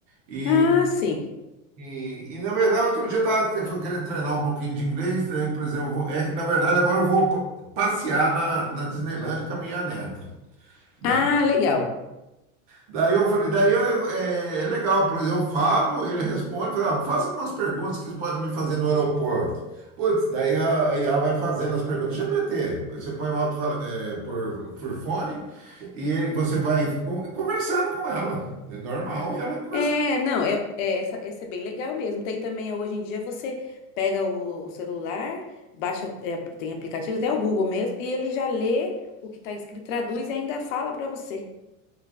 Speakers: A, on the right (about 45°); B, on the left (about 75°).
A: E,
B: Ah, sim.
A: e, e, na verdade, outro dia eu estava querendo treinar um pouquinho de inglês. Daí, por exemplo, eu vou- é que na verdade agora eu vou pa- passear na, na Disneyland com a minha neta. né?
B: Ah, legal.
A: Daí eu falei, daí eu, é, é legal, por exemplo, eu falo, ele responde, fala, ah, faça algumas perguntas que vocês podem me fazer no aeroporto. Putz, daí a, a IA vai fazendo as perguntas. GPT, você põe o alto por, por fone e ele- você vai con- conversando com ela, é normal, e ela conversando.
B: É, não, eu, é, essa, esse é bem legal mesmo. Tem também, hoje em dia, você pega o, o celular, baixa, é, tem aplicativos, até o Google mesmo, e ele já lê o que está escrito, traduz e ainda fala para você.